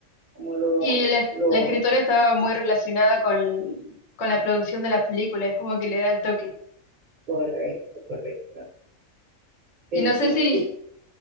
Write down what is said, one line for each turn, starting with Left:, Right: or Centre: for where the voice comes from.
Right: como lo,
Left: Y la, es-
Right: lo
Left: la escritora estaba muy relacionada con, con la producción de las películas, es como que le da el toque.
Right: correcto, correcto. Pero
Left: Y no sé
Right: sí,
Left: si
Right: y